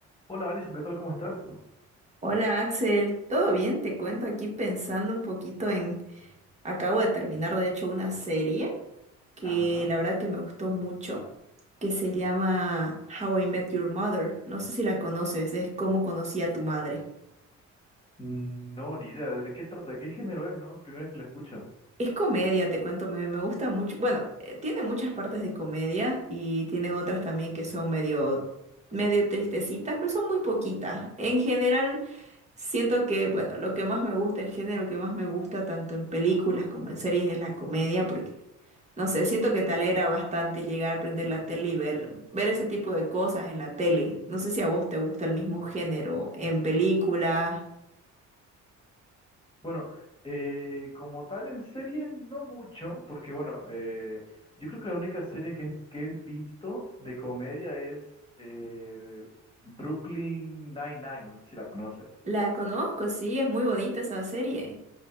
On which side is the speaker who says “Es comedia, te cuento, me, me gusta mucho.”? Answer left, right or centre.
Right